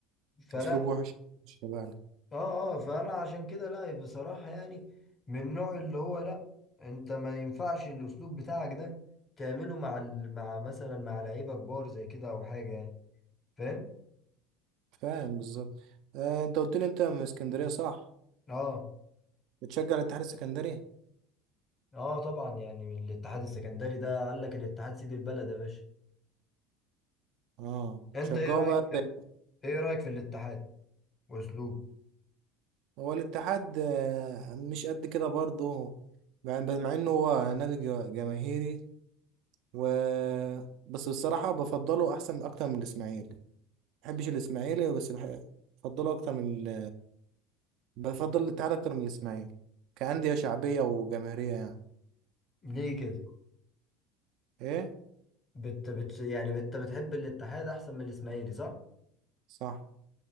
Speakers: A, on the left; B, on the right.
A: فلا
B: اسلوب وحش مش تبعنا
A: اه اه فانا عشان كده لا بصراحة يعني من النوع اللي هو لا انت ما ينفعش الاسلوب بتاعك ده تعمله مع ال... مع مثلا مع لعيبة كبار زي كده او حاجة يعني فاهم
B: فاهم بالظبط آه انت قلت لي انت من اسكندريه صح
A: اه
B: بتشجع الاتحاد السكندري
A: اه طبعا يعني من الاتحاد السكندري ده قال لك الاتحاد سيد البلد يا باشا
B: اه
A: انت
B: شجعه
A: ايه رايك
B: بقى زي-
A: ايه رايك في الاتحاد واسلوب
B: هو الاتحاد آه، مش قد كده برضو مع مع انه هو نادي جا- جماهيري و بس بصراحة بفضله أحسن أكتر من الإسماعيلي ما بحبش الإسماعيلي بس بح- بفضله أكتر من ال... بفضل الاتحاد أكتر من الإسماعيلي كأندية شعبية وجماهيرية يعني
A: ليه كده
B: إيه
A: بت بت يعني انت بتحب الاتحاد احسن من الاسماعيلي صح
B: صح